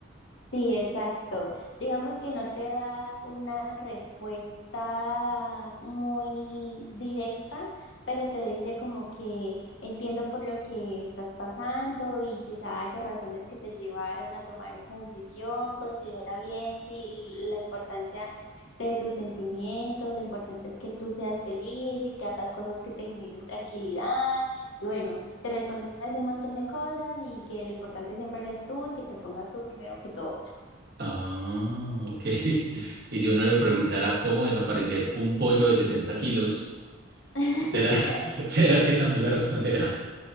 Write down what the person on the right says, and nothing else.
Ah, ok. <laughs> Y si uno le preguntara cómo desaparecer un pollo de 70 kilos,
¿Será, <laughs> será que también la responderá?